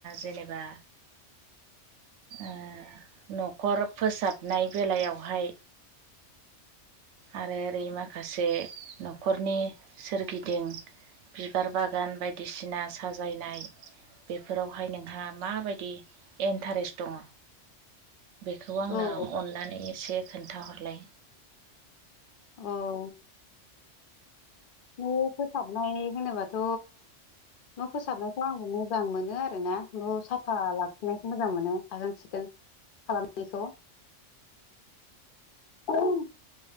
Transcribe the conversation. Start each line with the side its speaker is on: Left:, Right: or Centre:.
Right: जेनेबा ओ न'खर फोसाबनाय बेलायावहाय आरो ओरै माखासे न'खरनि सोरगिदिं बिबार बागान बायदिसिना साजायनाय बेफोरावहाय नोंहा माबायदि इन्टारेस्ट दङ? बेखौ आंनो
Left: औ
Right: अननानै एसे खोन्थाहरलाय
Left: औ न' फोसाबनाय होनोबाथ' न' फोसाबनायखौ' आंबो मोजां मोनो आरोना न' साफा लाखिनायखौ मोजां मोनो साखोन सिखोन। खालामनायखौ <unintelligible>